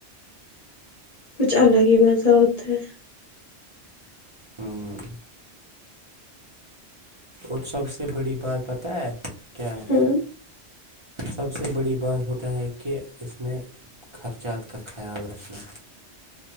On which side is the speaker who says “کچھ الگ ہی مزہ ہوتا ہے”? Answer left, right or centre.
Left